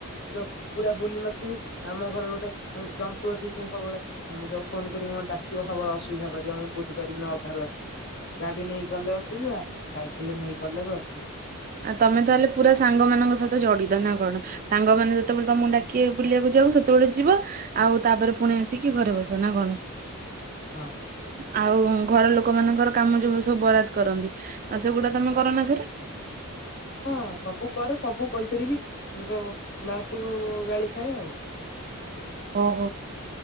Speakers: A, on the left; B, on the right.
A: ଯୋଉ ପୁରା ବୁଲି ନଥିବି ଆମ ଘରେ ଗୋଟେ ଜନ୍ତୁ ଅଛି ସେ ସବୁବେଳେ ହଁ ଯାଉ ଫୋନ କରି ମତେ ଡାକିବ ସବୁବେଳେ ଅଶୁବିଧା କରିବା ମୁଁ ବୁଲି ପାରିବିନି ଅଧାରୁ ଆସିବି। ଗାଡ଼ି ନେଇକି ଗଲେ ଅସୁବିଧା ସାଇକେଲ୍ ରେ ନେଇ ଗଲେ ବି ଅସୁବିଧା।
B: ଆ ତମେ ତାହଲେ ପୁରା ସାଙ୍ଗମାନଙ୍କ ସହିତ ଜଡ଼ିତ ନା କଣ? ସାଙ୍ଗମାନେ ଯେତେବେଳେ ତମକୁ ଡାକିବେ ବୁଲିବାକୁ ଯାଉ ସେତେବେଳେ ଯିବ ଆଉ ତାପରେ ପୁଣି ଆସିକି ଘରେ ବସ ନା କଣ?
A: ହଁ।
B: ଆଉ ଘର ଲୋକ ମାନଙ୍କର କାମ ଯୋଉ ସବୁ ବରାଦ କରନ୍ତି ଆଉ ସେଗୁଡ଼ା ତମେ କର ନା ଘେରେ?
A: ହଁ ସବୁ କରେ ସବୁ କହିସାରିକି ଜଉ ଲାଷ୍ଟ କୁ ଗାଳି ଖାଏ ଆଉ।
B: ଓହୋ।